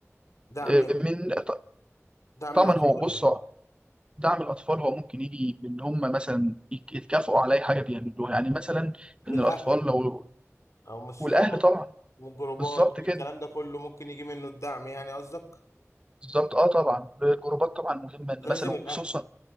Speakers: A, on the left; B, on the right.
A: دعم
B: آه، من ط-
A: دعم
B: طبعا
A: الاطفال
B: هو بص
A: يعني
B: دعم الاطفال هو ممكن يجي من هم مثلا يك- يتكافئوا على اي حاجه بيعملوها يعني مثلا
A: من
B: ان
A: الاهل
B: الاطفال لو
A: او من الصحاب
B: والاهل طبعا
A: من الجروبات
B: بالظبط
A: من
B: كده
A: الكلام ده كله ممكن يجي منه الدعم يعني قصدك
B: بالظبط اه طبعا الجروبات طبعا مهمه إن
A: لازم
B: مثلا وخصوصا
A: الاهل